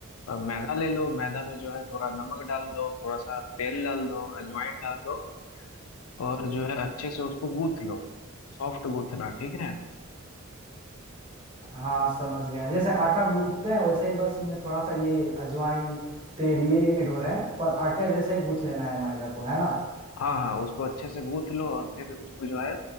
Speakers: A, on the left; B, on the right.
A: अ, मैदा ले लो मैदा में जो है थोड़ा नमक डाल दो थोड़ा सा तेल डाल दो अजवाइन डाल दो और जो है अच्छे से उसको गूथ लो सॉफ्ट गूथना ठीक है
B: हाँ समझ गया जैसे आटा गूंथते हैं वैसे ही बस इनमें थोड़ा सा ये अजवाइन तेल ये ऐड हो रहे हैं पर आटे जैसे ही गूंथ लेना है मैदा को है ना
A: हाँ हाँ उसको अच्छे से गूथ लो और फिर उसको जो है